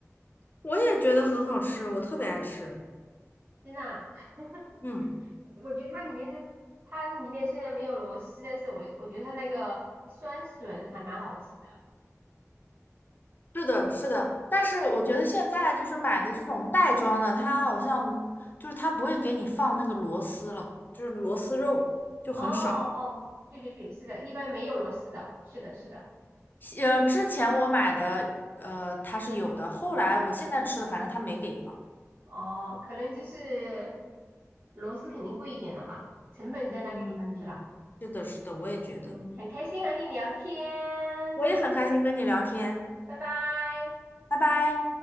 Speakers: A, on the left (about 35°); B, on the right (about 45°).
A: 我也觉得很好吃，我特别爱吃。
B: 真的啊？<laughs>
A: 嗯，
B: 我觉得它里面的它里面虽然没有螺丝，但是我我觉得它那个酸笋还蛮好吃的。
A: 是的，是的，但是我觉得现在就是买的这种袋装的，它好像就是它不会给你放那个螺丝了，就是螺丝肉就很少。
B: 哦哦，对对对，是的，一般没有螺丝的，是的，是的。
A: 呃，之前我买的，呃，它是有的，后来我现在吃的，反正他没给了。
B: 哦，可能就是螺丝肯定贵一点了吧，成本在那个地方去了。
A: 嗯，是的，是的，我也觉得。
B: 嗯，很开心和你聊天，
A: 我也很开心跟你聊天，
B: 很，拜拜。
A: 拜拜。